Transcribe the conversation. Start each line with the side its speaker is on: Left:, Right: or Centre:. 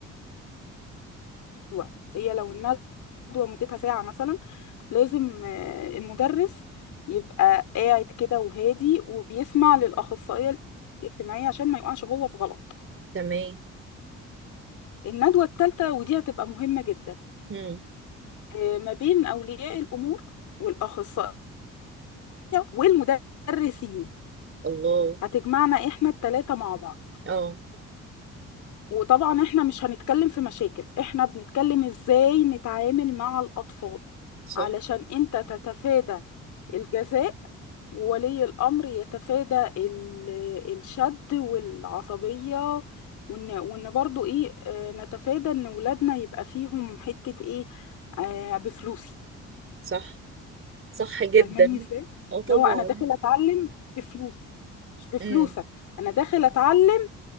Left: الندوة هي لو الندوة مدتها ساعة مثلا لازم آه، المدرس يبقى قاعد كده وهادي وبيسمع للأخصائية الاجتماعية عشان ما يقعش هو في غلط
Right: تمام
Left: الندوة الثالثة ودي هتبقى مهمة جدا
Right: هم.
Left: آه، ما بين أولياء الأمور والأخصائية والمدرسين
Right: الله
Left: هتجمعنا إحنا الثلاثة مع بعض
Right: اه
Left: وطبعا احنا مش هنتكلم في مشاكل احنا بنتكلم ازاي نتعامل مع الأطفال
Right: صح
Left: علشان انت تتفادى الجزاء وولي الأمر يتفادى ال- الشد والعصبية وإن وإن برضو إيه آه، نتفادى إن ولادنا يبقى فيهم حتة إيه آه بفلوسي
Right: صح صح جدا
Left: فاهماني إزاي؟
Right: اه طبعا
Left: اللي هو أنا داخل أتعلم بفلوسي مش بفلوسك
Right: امم
Left: أنا داخل أتعلم